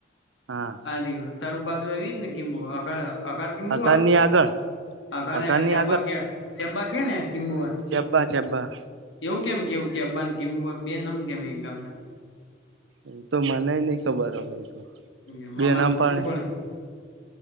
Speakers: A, on the right; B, on the left.
A: હા
B: આ ચાર રૂપ બાજુ આવીયુ એ જ ને કિમબુઆ?
A: અકારની આગળ
B: અગર
A: અકારની
B: <unintelligible> ચેમ્બા કે ને કિંબુઆ.
A: ચેબા ચેબા.
B: એવું કેમ કેવું ચેબા ન કિંબુઆ, બે નામ કેમ એક ગામના?
A: એ તો મનેય નઈ ખબર એ તો.
B: એ
A: બે
B: મામાન
A: નામ
B: પૂછવુ
A: પાડે
B: પડે.